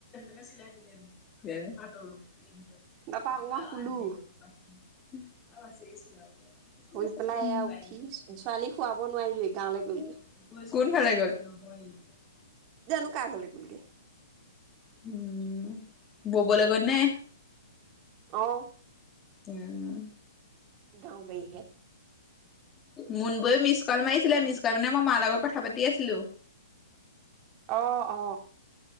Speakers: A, on the left; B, on the right.
A: চিলাই দিলে- হ
B: তাৰপা আকৌ মই শুলো
A: আছে বাইদেউ
B: শুই
A: কাল
B: পেলাই এয়া উঠি ছোৱালী
A: <unintelligible>
B: খুৱাব নোৱাৰিলোৱে গাঁৱলৈ
A: ন
B: গ'লগে
A: <unintelligible>
B: জানো ক হলে গুলগে,
A: উম ব- ক'ব লগত নে <unintelligible>
B: অহ।
A: উম।
B: গাঁও ব হে,
A: মুনবৌয়ে মিছ কল মাৰিছিলে, মিছ কল মানে মই মাৰ লগত কথা পাতি পতি আছিলো।
B: অ অ